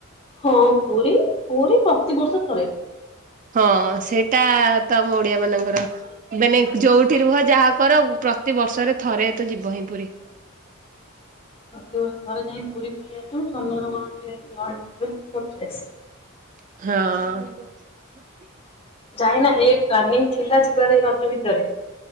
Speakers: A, on the left; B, on the right.
A: ହଁ ପୁରୀ ପୁରୀ ପ୍ରତିିବର୍ଷ ଥରେ।
B: ହଁ ସେଇଟା ତ ଆମ ଓଡ଼ିଆ ମାନଙ୍କର ମାନେ ଯୋଉଠି ରୁହ ଯାହା କର ପ୍ରତିିବର୍ଷରେ ଥରେ ତ ଯିବ ହିଁ ପୁରୀ।
A: ଆ ଥରେ ଯାଇକି ପୁରୀ ବୁଲି ଆସୁସମୁଦ୍ର କୂଳରେ ଟିକେ ଲହଡ଼ି ଭାଙ୍ଗି ଆସୁ <unintelligible>
B: ହଁ।
A: ଯାାଇନା ଏ ପାନିଂ ଥିଲା ଯିବାରେ ଏ ରଜ ଭିତରେ